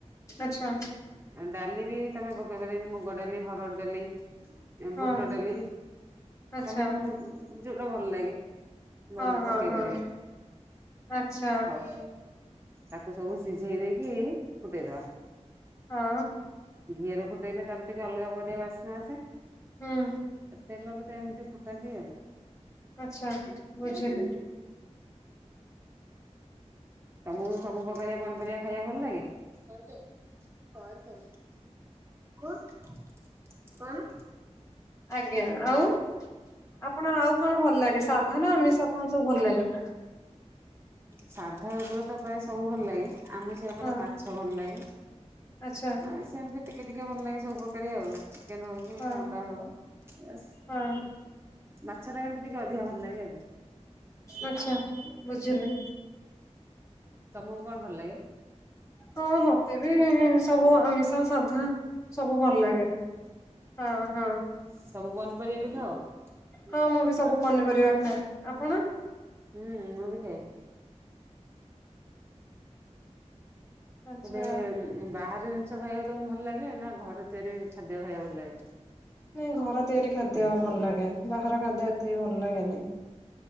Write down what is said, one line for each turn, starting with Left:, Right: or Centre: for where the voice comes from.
Left: ଆଛା।
Right: ଆଉ ଡାଲି ବି ତମେ ପକେଇ ପାରିବି ମୁଗ ଡାଲି ହରଡ଼ ଡାଲି।
Left: ହଁ
Right: ବୁଟ ଡାଲି
Left: ଆଚ୍ଛା
Right: ତମକୁ ଯୋଉଟା ଭଲ ଲାଗେ।
Left: ହଁ
Right: ଭଲ
Left: ହଁ
Right: ପକେଇ
Left: ହଁ
Right: ପାରିବା।
Left: ଆଚ୍ଛା
Right: ହଉ ତାକୁ ସବୁ ସିଝେଇ ଦେଇକି ଫୁଟେଇଦବା।
Left: ହଁ
Right: ଘିଅରେ ଫୁଟେଇଲେ ତାର ଟିକେ ଅଲଗା ପରିକା ବାଷ୍ଣ ଆସେ।
Left: ହୁଁ
Right: ତେଲରେ ତ ଏମିତି ଫୁଟାନ୍ତି ଆଉ।
Left: ଆଚ୍ଛା ବୁଝିଲୁ।
Right: ତମକୁ ସବୁ ପକାରିଆ ପନିପରିବା ଖାଇବାକୁ ଭଲ ଲାଗ କଣ କୁଣ କଣ
Left: ଆଜ୍ଞା ଆଉ। ଆପଣ ଆଉ କଣ ଭଲ ଲାଗେ ସାଧା ନା ଆମିଷ କଣ ସବୁ ଭଲ ଲାଗେ?
Right: ସାଧା ଉପରେ ତ ପ୍ରାୟ ସବୁ ଭଲ ଲାଗେ ଆମେ ସେ ଉପରେ
Left: ହଁ
Right: ମାଛ ଭଲ ଲାଗେ।
Left: ଆଚ୍ଛା।
Right: ଆଉ ସେମିତି ଟିକେ ଟିକେ ଭଲ ଲାଗେ ସବୁ ପ୍ରକାରରେ ଆଉ ଚିକେନ ହଉ କି
Left: ହଁ
Right: ଅଣ୍ଡା ହଉ। ବସ୍
Left: ହଁ
Right: ମାଛ ଟା କିନ୍ତୁ ଟିକେ ଅଧିକା ଭଲ ଲାଗେ ଆଉ।
Left: ଆଛା ବୁଝିଲି।
Right: ତମକୁ କଣ ଭଲ ଲାଗେ?
Left: ହଁ ମତେ ବି ସବୁ ଆମିଷ ସାଧା ସବୁ ଭଲ ଲାଗେ। ହଁ ହଁ।
Right: ସବୁ ପନିପରିବା
Left: ହଁ
Right: ଖାଅ।
Left: ମୁଁ ବି ସବୁ ପନିପରିବା ଖାଏ ଆପଣ?
Right: ହୁଁ ମୁଁ ବି ଖାଏ।
Left: ଆଚ୍ଛା
Right: ହେଲେ ବାହର ଜିନିଷ ଖାଇବାକୁ ତମକୁ ଭଲ ଲାଗେ ନା ଘରେ ତିଆରି ଖାଦ୍ୟ ଖାଇବାକୁ ଭଲ ଲାଗେ?
Left: ନାଇଁ ଘର ତିଆରି ଖାଦ୍ୟ ଭଲ ଲାଗେ ବାହାର ଖାଦ୍ୟ ଏତେ ବି ଭଲ ଲାଗେନି।